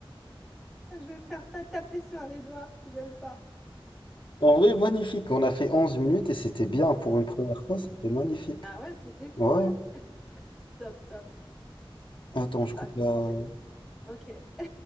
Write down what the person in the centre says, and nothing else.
vais faire ta- taper sur les doigts. J'aime pas.
Ah ouais, c'était
cool. Top, top.
Ah,
d'accord,
mais... c'est- Ok.